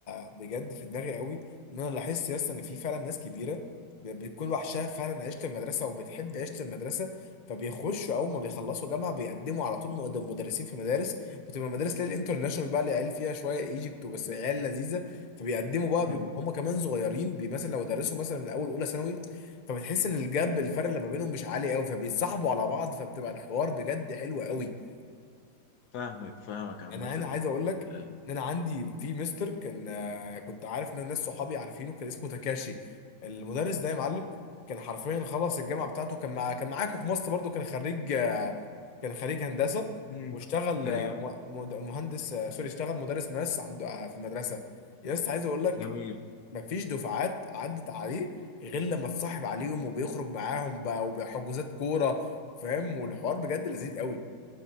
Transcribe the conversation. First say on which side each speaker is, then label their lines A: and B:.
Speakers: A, on the left (about 35°); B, on the left (about 70°).
A: بجد في دماغي قوي ان انا لاحظت لسه ان في فعلا ناس كبيره ب- بتكون وحشها فعلا عيشه المدرسه وبتحب عيشه المدرسه فبيخشوا اول ما بيخلصوا جامعه بيقدموا على طول مقد- مدرسين في مدارس بتبقى مدارس ليل انترناشونال بقى اللي عيال فيها شويه ايجيبت وبس عيال لذيذه فبيقدموا بقى بيبقوا
B: أيوة،
A: هم كمان صغيرين بي- مثلا لو درسوا مثلا من اول اولى ثانوي فبتحس ان الجاب الفرق اللي ما بينهم مش عالي قوي فبيتصاحبوا على بعض فبتبقى الحوار بجد حلو قوي
B: فاهمك فاهمك عامة
A: انا انا عايز اقول لك
B: آه،
A: ان انا عندي في مستر كان آه، كنت عارف ان الناس صحابي عارفينه كان اسمه تاكاشي المدرس ده يا معلم كان حرفيا خلص الجامعه بتاعته كان مع كان معاكم في مصر برضو كان خريج آه، كان خريج هندسه
B: مم.
A: واشتغل
B: ايوه
A: آه، م- مد- مهندس آه، سوري اشتغل مدرس ماس عند آه، في المدرسه يا اسطى عايز اقول لك
B: جميل
A: مفيش دفعات عدت عليه غير لما اتصاحب عليهم وبيخرج معاهم بقى وبحجوزات كوره فاهم والحوار بجد لذيذ قوي